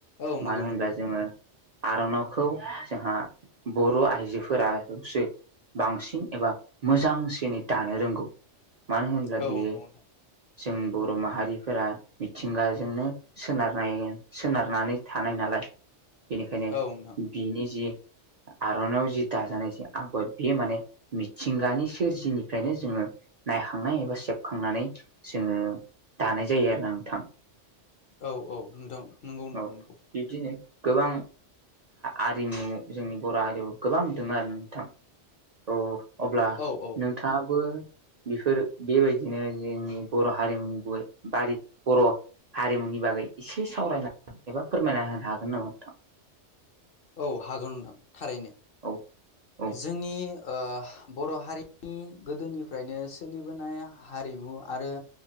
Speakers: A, on the left; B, on the right.
A: औ नंगौ
B: मानो
A: नंगौ
B: होनब्ला जोङो आर'नावखौ जोंहा बर' आइजो फोरसो बांसिन एबा मोजांसिनै दानो रोंगौ मानो होन्ला
A: औ
B: बेयो
A: नंगौ नोंथां
B: जों बर' माहारिफोरा मिथिंगाजोंनो सोनारनाय सोनारनानै थानाय नालाय बेनिखायनो
A: औ नोंथां
B: बिनि जि आर'नाइआव जि दाजानाय जे आगर बे माने मिथिंगानि सोरजिनिफ्रायनो जोङो नायखांनाय एबा सेबखांनानै जोङो दानाय जायो आरोना नोंथां।
A: औ औ नोंथां नोंगौ नोंथां
B: औ
A: नोंगौ
B: बिब्दिनो गोबां आरिमु जोंनि बर' हारिमु गोबां दङ आरो नोंथां औ अब्ला
A: औ औ
B: नोंथाङाबो बेफोर बेबायदिनो जोंनि बर' हारिमुनि गुबै बारि बर' हारिमुनि बागै एसे सावरायना एबा फोरमायना होनो हागोन नामा नोंथां।
A: औ हागोन नोंथा‌ थारैनो
B: औ औ
A: जोंनि ओ बर' हारिनि नि गोदोनिफ्रायनो सोलिबोनाय हारिमु आरो